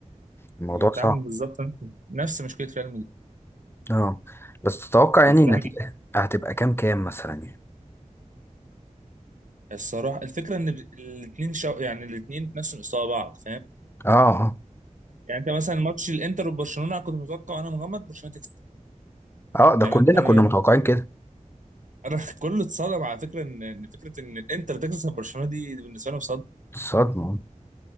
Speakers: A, on the left; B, on the right.
A: الموضوع
B: هو انت
A: صعب
B: عامل بالظبط نفس نفس مشكله ريال مدريد
A: اه بس تتوقع يعني
B: بس
A: النتيجة
B: انا
A: هتبقى كام كام مثلا يعني
B: الصراحه الفكره ان الاثنين شو... يعني الاثنين نفس مستوى بعض فاهم
A: اه اه
B: يعني انت مثلا ماتش الانتر وبرشلونه كنت متوقع انا مغمض برشلونه تكسب
A: اه ده
B: يعني
A: كلنا
B: انا انا
A: كنا متوقعين كده
B: أنا <laughs> كله اتصدم على فكره ان إن فكره ان الانتر تكسب برشلونه دي بالنسبه لهم صدمه
A: الصدمة